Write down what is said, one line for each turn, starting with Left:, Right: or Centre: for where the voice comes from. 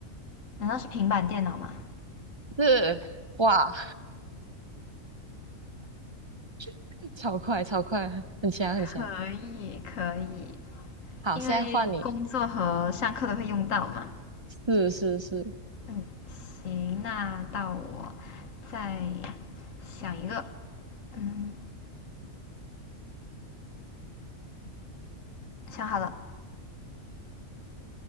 Left: 难道是平板电脑吗？
Right: 是哇，<laughs> 超快超快，很强很强。
Left: 可以，可以，
Right: 好，
Left: 因为工作和上课都会用到嘛。
Right: 现在换你，是是是
Left: 嗯，行，那到我再想一个。嗯，想好了，